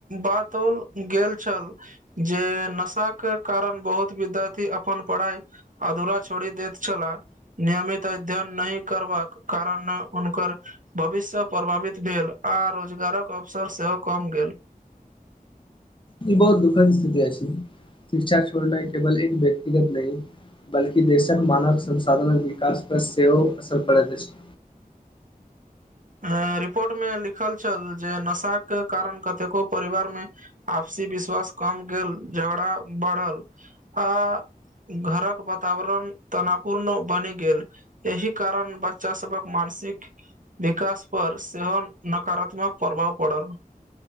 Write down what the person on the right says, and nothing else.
बातओल गेल छल जे नशा के कारण बहुत विद्यार्थी अपन पढ़ाई अधूरा छोड़ी देैत छला। नियमित अध्यन नहि करबाक कारण हुनकर भविष्य प्रभावित भेल आ रोजगारक अवसर सेहो कम गेल।
अ रिपोर्ट मे लिखल छल जे नशाके कारण कतेको परिवारमे आपसी विश्वास कम गेल झगड़ा बढ़ल आ घरक वातावरण तनावपूर्ण बनि गेल। एहि कारण बच्चा सबक मानसिक विकास पर सेहो नकारात्मक प्रभाव पड़ल।